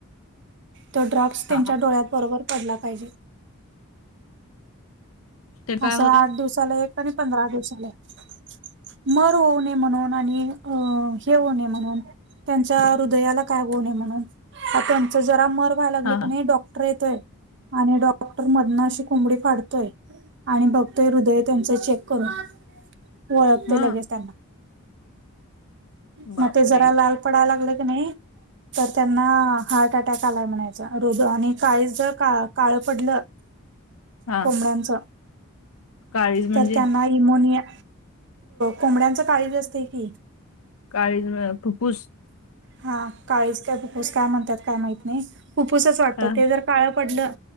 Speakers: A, on the right (about 55°); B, on the left (about 80°).
A: तो ड्रग्स त्यांच्या
B: हां, हां.
A: डोळ्यात बरोबर पडला पाहिजे.
B: ते काय
A: असं
B: होते?
A: आठ दिवसाला एक आणि पंधरा दिवसाला एक मारू नये म्हणून. आणि अ म्हण त्यांच्या हृदयाला काय हो म्हण त्यां ज लागले
B: हां,
A: की
B: हां.
A: नाही डॉक्टर येतोय आणि डॉक्टर मध न अशी कोंबडी फाडतो. आणि बघतोय हृदय त्यांच चेक करून ओळखते
B: हं.
A: लगेच त्यांना.
B: बापरे
A: मग ते जरा लाल पडायला लागले क नाही तर त्यांना हार्ट अटॅक आलाय म्हणायचं रोग आणि काळीच जर का काळं पडलं.
B: हा
A: कोंबड्यांचा
B: काळीज म्हणजे
A: तर त्यांना इमोनिया कोंबड्यांच काळीज असते की.
B: काळीज फुप्फूस
A: हा काळीस काय फुप्फूस काय म्हणतात काय माहत नाही फु्फूसच वाटत
B: हा
A: ते जर काळं पडलं